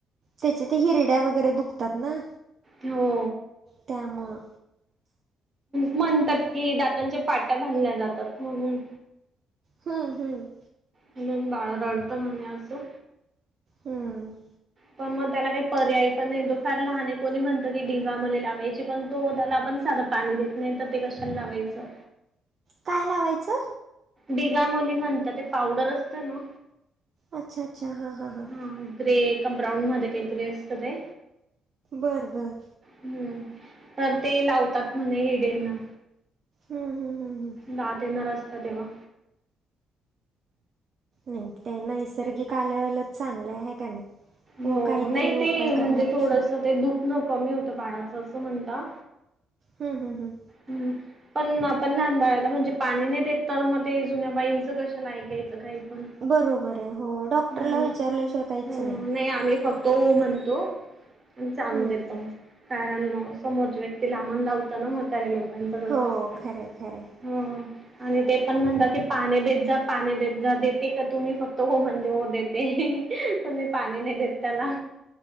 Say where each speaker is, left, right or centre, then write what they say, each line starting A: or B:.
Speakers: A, on the right; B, on the right.
A: त्याचे ते हिरड्या वगैरे दुखतात ना
B: हो.
A: त्यामुळं
B: म्हणतात की दातांच्या पाट्या भधल्या जातात म्हणून
A: ह हम,
B: म्हणून बाळ रडतो म्हणे असं
A: हम्म,
B: पण मग त्याला काही पर्याय पण नाहीे तो फार लहान कोणी म्हणत की डिगा मले लावायची पण तो ओठाला पण साधं पाणी देत नाही तर ते कशाला लावायचं.
A: काय लावायचं.
B: डिगामली म्हणतात ते पावडर असतं ना
A: अच्छा अच्छा हां हां हां
B: हा ग्रे का ब्राऊन मध्ये काहीतरी असतं ते
A: बरं बरं,
B: हम्म, तर ते लावतात म्हणे हिडेंना.
A: हम् हम हम हम्,
B: दात येणार असतं तेव्हा
A: नाही ते नैसर्गिक आल्यावलच चांगले आहे आहे का नाही. व
B: हो
A: काहीतरी
B: नाही
A: उपाय
B: ते म्हणजे
A: करण्यापेक्षा
B: थोडस ते दुखन कमी होतं बाळाचं असं म्हणता.
A: हम् हम हं,
B: हम्म, पणंप पण लहान बाळाला म्हणजे पाणी नाही देत तर मग ते जुन्या बाईचं कशाला ऐकायचं काही पण
A: बरोबर आहे. हो डॉक्टरला
B: हम्म.
A: विचारल्याशिवाय काहीच
B: हम्म
A: नाही.
B: नाही आम्ही फक्त तो म्हंतो आणि चालू
A: हम्म.
B: देत, कारण समोरच्या व्यक्ती लांबण लावतं ना, म्हतारे लोक त्यांचं कसं
A: हो
B: असतं.
A: खरंय खरंय
B: हम्म आणि ते पण म्हणतात की पाणी देत जा, पाणी देत जा. देते का तुम्ही? फक्त हो म्हणल्यावर देते ते. कोणी पाणी नाही देत त्याला.